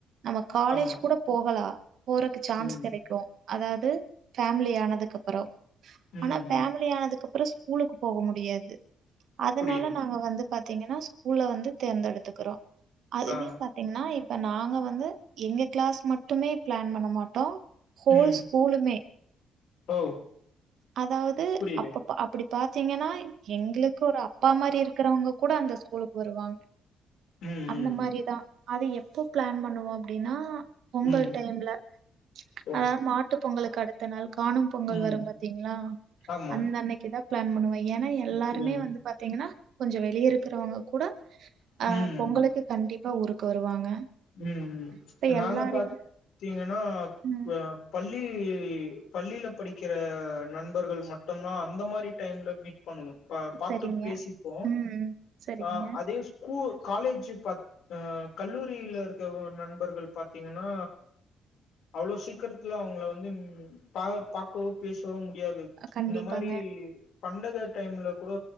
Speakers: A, on the right; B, on the left.
A: நம்ம காலேஜ்
B: ஆமா
A: கூட போகலா போறக்கு சான்ஸ்
B: ம்
A: கெட க்கு அதாவது ஃபேமிலி ஆனதுக்கு அப்புறம்
B: ம்
A: ஆனா ஃபேமிலி
B: ம்
A: ஆனதுக்கு அப்புறம் ஸ்கூலுக்கு போக முடியாது அதனால
B: புரியுது
A: நாங்க வந்து பாத்தீங்கன்னா ஸ்கூல்ல வந்து தேர்ந்தெடுத்துக்குறோ அதுவே
B: ஆ
A: பாத்தீங்கன்னா இப்ப நாங்க வந்து எங்க கிளாஸ் மட் டுமே பிளான் பண்ண மாட்டோ ஹோல்
B: ம்
A: ஸ்கூலுமே
B: ஓ
A: அதாவ்து
B: புரியுது
A: அப்போ அ அப்டி பாத்தீங்கன்னா எங்களுக்கு ஒரு அப்பா மாரி இருக்குறவங்க கூட அந்த ஸ்கூலுக்கு வருவாங்க
B: ம்
A: அந்த
B: ம்
A: மாரிதா
B: ம்
A: அத எப்போ பிளான் பண்ணுவோ அப்டின்னா பொங்கல்
B: ம்
A: டைம்ல
B: ஓ
A: அதா மாட்டு பொங்கலுக்கு அடுத்த நாள் காணு பொங்கல்
B: ம்
A: வரும்பாத் தீங்ளா
B: ஆமா
A: அந்த அன்னைக்கு தா பிளான் பண்ணுவோ ஏனா எல்லாருமே
B: புரியுது
A: வந்து பாத்தீங்கன்னா கொஞ்ச வெளிய இருக்கிறவங்க கூட ஆஹ்
B: ம்
A: பொங்கலுக்கு
B: ம்
A: கண்டிப்பா ஊருக்கு வருவாங்க
B: ம் ம்
A: இப்ப
B: நாங்க
A: எல்லாரையும்
B: பாத்தீங்கன்னா
A: ம்
B: அ பள் ளி பள்ளில படிக்ற நண்பர்கள் மட்டுதா அந்த மாரி டைம்ல மீட் பண்ணுவோ அ பாத்து
A: சரிங்க
B: பேசிப்போ
A: ம் சரிங்க
B: அ அதே ஸ் கூ காலேஜ் பத் அ கல்லூ ரியில இருக்க நண்பர்கள் பாத்தீங்கன்னா அவ்ளோ சீக்கிரத்துல அவங்கள வந்து பா பாக்கவோ பேசவோ முடியாது
A: அஹ் கண்டிப்பாங்க
B: இந்த மாரி பண்டக டைம்ல கூட